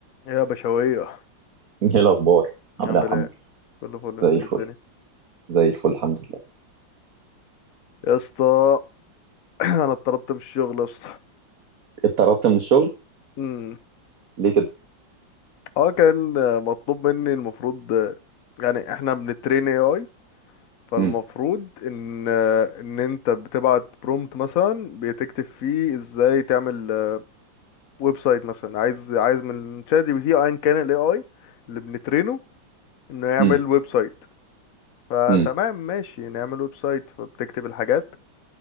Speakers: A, on the left; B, on the right.
A: يا بشوية
B: ايه الاخبار عامل
A: عامل
B: ايه يا محمد
A: ايه كله فل
B: زي
A: انت
B: الفل
A: إيه الدنيا
B: زي الفل الحمد لله
A: يا اسطى <clears throat> انا اتطردت من الشغل يا اسطى
B: اتطردت من الشغل
A: امم.
B: ليه كده
A: اه كان مطلوب مني المفروض يعني احنا بنترين اي اي فالمفروض
B: امم
A: ان ان انت بتبعت برومت مثلا بتكتب فيه ازاي تعمل ويب سايت مثلا عايز عايز من شات جي بي تي ايا كان الاي اي اللي بنترينه انه يعمل
B: امم
A: ويب سايت فتمام
B: امم
A: ماشي نعمل ويب سايت فبتكتب الحاجات